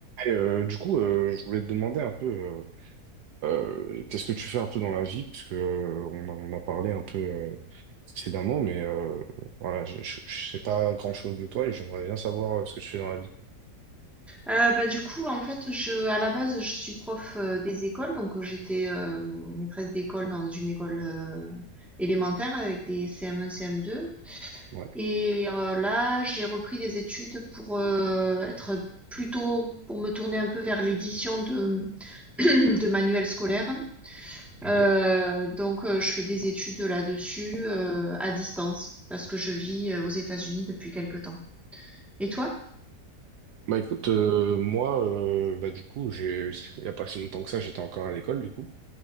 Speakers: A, on the right (about 70°); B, in the centre.
A: Et, euh, du coup, euh, je voulais te demander un peu, euh, euh, qu'est-ce que tu fais un peu dans la vie, parce que euh, on, a on a parlé un peu euh, précédemment, mais euh, voilà, je, je, je sais pas grand-chose de toi et j'aimerais bien savoir euh, ce que tu fais dans la vie.
B: Euh, bah, du coup, en fait, je, à la base, je suis prof euh, des écoles, donc euh, j'étais euh, maîtresse d'école dans une école euh, élémentaire avec des CM1, CM2.
A: Ouais,
B: Et euh, là, j'ai repris des études pour euh, être plutôt, pour me tourner un peu vers l'édition de, <clears throat> de manuels scolaires.
A: ok.
B: Euh, donc, euh, je fais des études là-dessus euh, à distance parce que je vis euh, aux États-Unis depuis quelque temps. Et toi?
A: Bah écoute, euh, moi, euh, bah du coup, j'ai, il y a pas si longtemps que ça, j'étais encore à l'école, du coup.